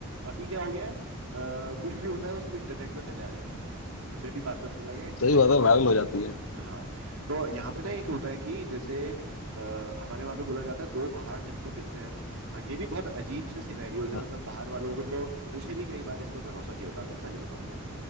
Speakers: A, on the right; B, on the left.
A: अभी क्या हो गया है अ, कुछ भी होता है वो सब इंटरनेट में पहले आ जाता है हमें भी बाद में पता लगा इंटरनेट
B: सही बात
A: में
B: है
A: पहले
B: वायरल
A: आ जाता
B: हो जाती है
A: है। हाँ तो यहाँ पे ना एक होता है कि जैसे आ, हमारे वहाँ पे बोला जाता है दो पहाड़ जहाँ पे मिलते हैं हाँ ये भी बहुत अजीब से सिनेरियोज है
B: हाँ
A: मतलब बाहर वालों को तो मुझे भी कई बार इसमें भरोसा नहीं होता अगर सच बताऊँ तो